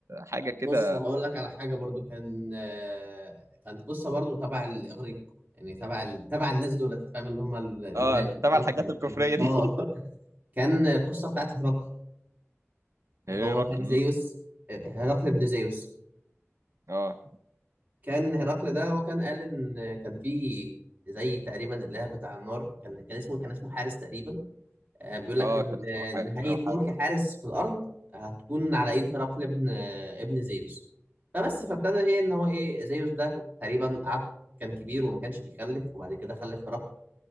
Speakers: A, on the right; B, on the right.
A: حاجة كده
B: بص هقول لك على حاجه برضو كان آه، كانت قصه برضو تبع الاغريق يعني تبع ال... تبع الناس دول فاهم اللي هم ال- اليونان
A: اه
B: الاغريق
A: تبع الحاجات الكفرية
B: يعني
A: دي
B: اه
A: <laughs>
B: <laughs> كان القصه بتاعت هرقل اللي
A: هيرقل
B: هو كان زيوس هرقل ابن زيوس
A: اه
B: كان هرقل ده هو كان قال ان كان في زي تقريبا الاله بتاع النار كان كان اسمه كان اسمه حارس تقريبا آه، بيقول لك
A: اه
B: ان
A: كان اسمه
B: آه، نهايه
A: حارس او حادث
B: ملك حارس في الارض هتكون على ايد هرقل ابن آه، ابن زيوس فبس فابتدى ايه ان هو ايه زيوس ده تقريبا قعد كان كبير وما كانش بيخلف وبعد كده خلف هرقل